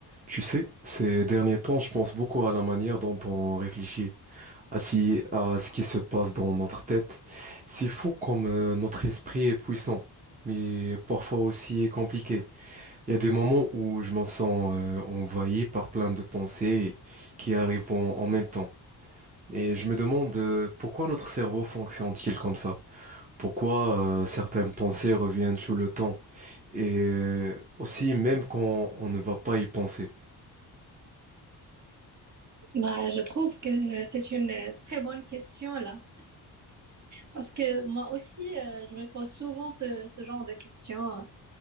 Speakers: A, on the right; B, on the right.
A: Tu sais, ces derniers temps, je pense beaucoup à la manière dont on réfléchit, à, si- à ce qui se passe dans notre tête. C'est fou comme euh, notre esprit est puissant, mais parfois aussi compliqué. Il y a des moments où je me sens euh, envahi par plein de pensées qui arrivent en, en même temps. Et je me demande euh, pourquoi notre cerveau fonctionne-t-il comme ça? Pourquoi euh, certaines pensées reviennent tout le temps? Et euh, aussi même quand on ne va pas y penser.
B: Bah, je trouve que euh, c'est une euh, très bonne question là, parce que moi aussi, euh, je me pose souvent ce, ce genre de questions. Euh,